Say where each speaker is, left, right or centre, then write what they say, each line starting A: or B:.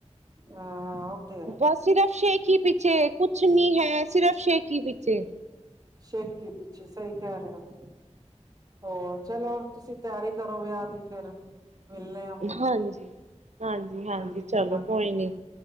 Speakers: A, on the right (about 30°); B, on the right (about 70°).
A: ਹਾਂ, ਓ ਤੇ। ਹੈ
B: ਬਸ ਸਿਰਫ ਸ਼ੇਖੀ ਹੀ ਪੀਛੇ ਕੁਛ ਨੀ ਹੈ, ਸਿਰਫ ਸੇ਼ਖੀ ਪੀਛੇ।
A: ਸ਼ੇਖੀ ਪਿੱਛੇ, ਸਹੀ ਕਹਿ ਰਹੇ ਓ। ਹੋਰ ਚਲੋ, ਤੁਸੀਂ ਤਿਆਰੀ ਕਰੋ, ਵਿਆਹ ਦੀ ਫੇਰ‌। ਮਿਲਨੇ ਆ ਫੇਰ,
B: ਹਾਂਜੀ ਹਾਂਜੀ ਹਾਂਜੀ
A: ਜਲਦੀ
B: ਚਲੋ
A: ਮਿਲ ਲਾਂਗੇ‌।
B: ਕੋਈ ਨੀ